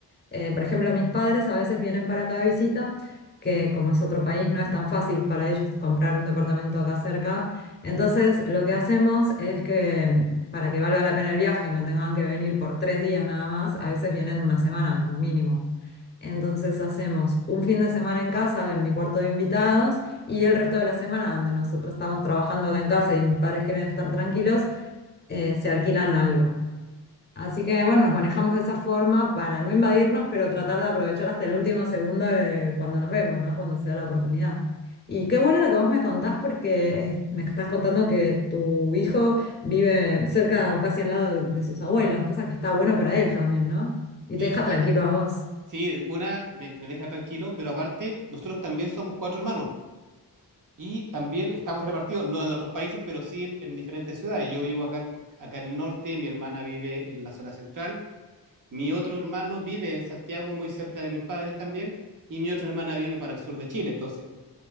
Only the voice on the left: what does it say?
Eh, por ejemplo, mis padres a veces vienen para acá de visita, que como es otro país, no es tan fácil para ellos comprar un departamento acá cerca. Entonces, lo que hacemos es que para que valga la pena el viaje y no tengan que venir por tres días nada más, a veces vienen una semana como mínimo. Entonces hacemos un fin de semana en casa, en mi cuarto de invitados, y el resto de la semana, donde nosotros estamos trabajando acá en casa y mis padres quieren estar tranquilos, eh, se alquilan algo. Así que bueno, nos manejamos de esa forma para no invadirnos, pero tratar de aprovechar hasta el último segundo de cuando nos vemos, ¿no? Cuando se da la oportunidad. Y qué bueno lo que vos me contás porque eh, me estás contando que tu hijo vive cerca o casi al lado de, de sus abuelos, cosa que está bueno para él también, ¿no? Y
te deja
tranquilo
a vos.